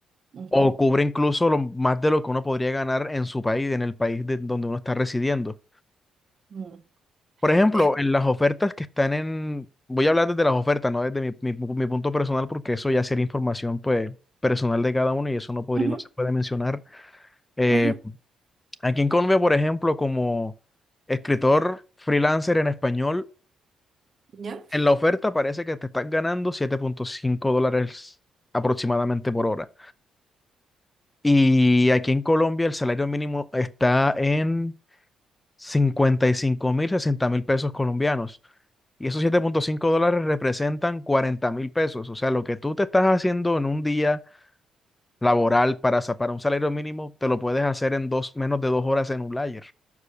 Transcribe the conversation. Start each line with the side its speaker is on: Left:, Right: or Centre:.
Right: Ujú,
Left: o cubre incluso lo- más de lo que uno podría ganar en su país, en el país de, donde uno está residiendo.
Right: ujú.
Left: Por ejemplo,
Right: Es-
Left: en las ofertas que están en... Voy a hablar desde las ofertas, no desde mi, mi, mi punto personal, porque eso ya sería información pues, personal de cada uno y eso no podría,
Right: Ujú,
Left: no se puede mencionar. Eh,
Right: ujú.
Left: aquí en Colombia, por ejemplo, como escritor freelancer en español,
Right: ¿Ya?
Left: en la oferta parece que te estás ganando siete punto cinco dólares aproximadamente por hora. Y aquí en Colombia el salario mínimo está en cincuenta y cinco mil, sesenta mil pesos colombianos. Y esos siete punto cinco dólares representan cuarenta mil pesos. O sea, lo que tú te estás haciendo en un día laboral para, sa- para un salario mínimo, te lo puedes hacer en dos, menos de dos horas en un layer.